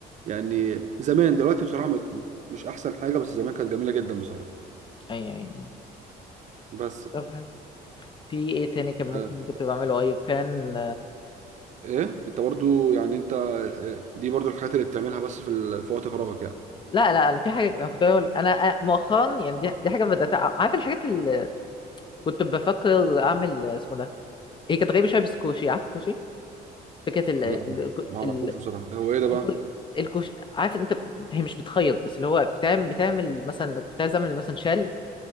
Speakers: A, on the right; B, on the left.
A: يعني زمان دلوقتي بصراحه ما- مش احسن حاجه بس زمان كانت جميله جدا بصراحه
B: أيوة أيوة
A: بس
B: طب حلو. في إيه تاني كان ممكن
A: آه،
B: كنت بعمله قريب كان
A: ايه انت برضو يعني انت الح- دي برضو الحاجات اللي بتعملها بس في ال- في وقت فراغك يعني
B: لا لا أنا في حاجة أنا كنت بقول لك أنا أنا مؤخرا يعني دي, دي حاجة بدأت أع- عارف الحاجات اللي كنت بفكر أعمل اسمه ده هي كانت غريبة شوية بس كوشي عارف الكوشي فكرة ال
A: لا
B: ال
A: ما ما اعرفوش
B: ال
A: بصراحه هو ايه ده
B: الكو-
A: بقى
B: الكوش عارف أنت هي مش بتخيط بس اللي هو بتعمل بتعمل مثلا كنت عايز أعمل مثلا شال